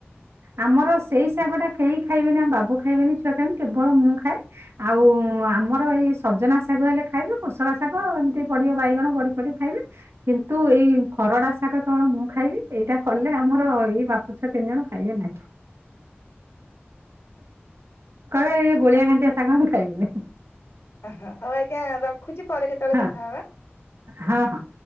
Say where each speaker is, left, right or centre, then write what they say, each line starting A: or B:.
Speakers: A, on the right; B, on the left.
A: ଆମର ସେଇ ଶାଗଟା କେହି ଖାଇବେନି ଆମ ବାବୁ ଖାଇବେନି, ଛୁଆ ଖାଇବେନି କେବଳ ମୁଁ ଖାଏ ଆଉ ହଁ ଆମର ଏହି ସଜନା ଶାଗ ହେଲେ ଖାଇବେ, କୁଶଳ ଶାଗ ଏମିତି ପଡିବ ବାଇଗଣ ବଢି ପଡି ଖାଇବେ କିନ୍ତୁ ଏଇ ଖରଡ଼ା ଶାଗ କେବଳ ମୁଁ ଖାଇବି ଏଇଟା କଲେ ଆମର ଏଇ ବାପ ଛୁଆ ତିନି ଜଣ ଖାଇଆ ନାଇଁ <inaudible> କହଇ ଗୋଳିଆ ଘାଣ୍ଟିଆ ଶାଗ ଖାଇବୁନୁ।
B: ଓଃ ହଉ ଆଜ୍ଞା ରଖୁଛି ପରେ କେତେବେଳେ
A: ହଁ
B: କଥା ହବା।
A: ହଁ ହଁ।